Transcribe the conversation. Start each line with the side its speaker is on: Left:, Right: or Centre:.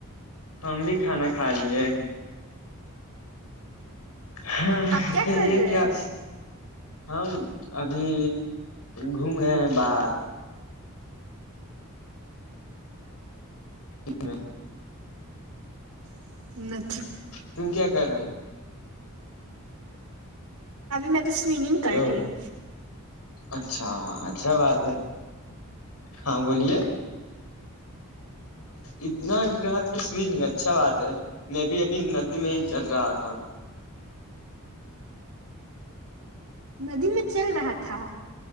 Left: ہم بھی کھانا کھا لیے ہ
Right: آپ کیا
Left: کہے
Right: کر رہے
Left: کیاج
Right: ہو
Left: ہم ابھی گھوم رہے ہیں باہر ہے
Right: م
Left: ت کیا کرا ہے
Right: ابھی میں تو سومنگ کر
Left: ہلو
Right: رہی ہو
Left: اچھا ہاں اچھا بات ہے ہاں بولیے اتنا رات کس بھی نہیں اچھا بات ہے میں بھی ابھی ندی میں ہی چل رہا تھا
Right: ندی میں چل رہا تھا